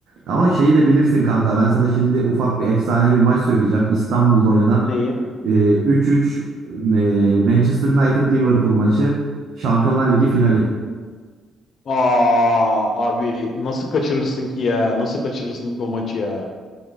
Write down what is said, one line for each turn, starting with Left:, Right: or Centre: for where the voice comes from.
Right: ama şeyi de bilirsin kanka ben sana şimdi ufak bir efsane bir maç söyleyeceğim İstanbul'da oynanan
Left: Neyi?
Right: e, 3-3 e, Manchester United Liverpool maçı Şampiyonlar Ligi finali.
Left: Aa abi nasıl kaçırırsın ki ya? Nasıl kaçırırsın ki o maçı ya?